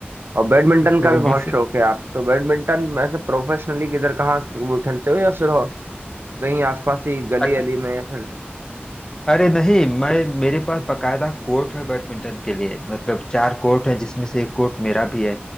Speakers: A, on the right (about 65°); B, on the left (about 15°).
A: और बैडमिंटन का
B: तो
A: भी बहुत
B: बस
A: शौक है आप तो बैडमिंटन ऐसे प्रोफेशनली किधर कहाँ वो खेलते हो या फिर हो कहीं आसपास ही गली
B: अच्छा
A: अली में या फिर
B: अरे नहीं मैं मेरे पास बकायदा कोर्ट है बैडमिंटन के लिए मतलब चार कोर्ट है जिसमें से एक कोर्ट मेरा भी है